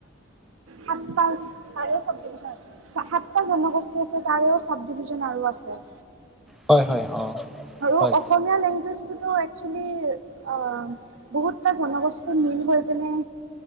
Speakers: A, on the right (about 85°); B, in the centre.
A: সাত পাল তাৰেও চব ডচছে সাতটা জনগোষ্ঠী আছে তাৰেও চব ডভিচ জন আৰু আছে।
B: হয় হয় অ'।
A: আৰু
B: হয়
A: অসমীয়া লেংগুৱেজটোতো একচুৱেলি অ' বহুতটা জনগোষ্ঠীৰ মিল হৈ পিনে